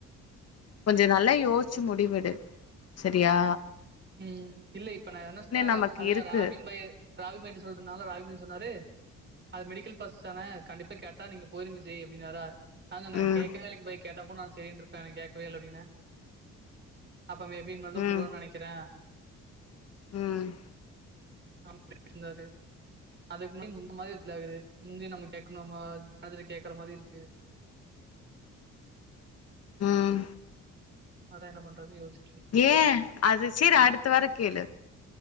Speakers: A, on the left (about 55°); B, on the right (about 35°).
A: கொஞ்ச நல்லா யோசிச்சு முடிவெடு செரியா
B: ம் இல்ல இப்ப நா என்ன சொன்னா
A: நமக்கு
B: அதா
A: இருக்கு
B: ராபின் பாயி ராபின் பாயிட்ட சொல்ட்டனால ராபின் பாய் சொன்னாரு அது மெடிக்கல் பாஸ் தான கண்டிப்பா கேட்டா நீங்க போயிருங்க விஜய் அப்டின்னாரா நா சொன்னே
A: ம்
B: கேக்கவே இல்லைங் பாய் கேட்டா கூட நா செரின்ட்ருப்ப என கேக்கவே இல்ல அப்டின்ன அப்ப மே பி இனிமேல்தா கூப்புடுவானு
A: ம்
B: நெனைக் க
A: ம்
B: ஆமா வச்சிருந்தாரு அதுக்கு முன்னாடி முந்து மாதிரி இல்லை அவரு முந்தி நம்ம கேட்கணுமா கேக்குற மாதிரி இருக்கு
A: ம்
B: அதான் என்ன பண்றதுன்னு யோசி
A: ஏன் அது சேரி அடுத்த வார கேளு